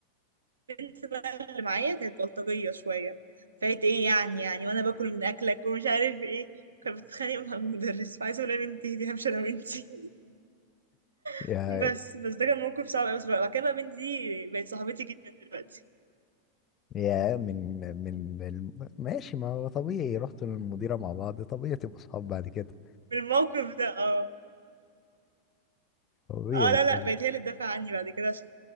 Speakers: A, on the right (about 75°); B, on the left (about 30°).
A: والبنت اللي معايا كانت بلطجيه شويه فايت ايه يعني يعني وانا باكل من اكلك ومش عارف ايه كانت بتتخانق مع المدرس فعايزه اقول لها يا بنتي دي همشي انا وانتي <laughs>
B: يا
A: بس بس ده كان موقف صعب قوي بس بقى بعد كده بقى بنتي دي بقت صاحبتي جدا دلوقتي
B: يا من من الم... ماشي ما هو طبيعي رحتوا للمديرة مع بعض طبيعي تبقوا صحاب بعد كده
A: بالموقف ده اه
B: طبيعي
A: اه لا لا
B: طبيعي
A: بقت هي اللي تدافع عني بعد كده عشان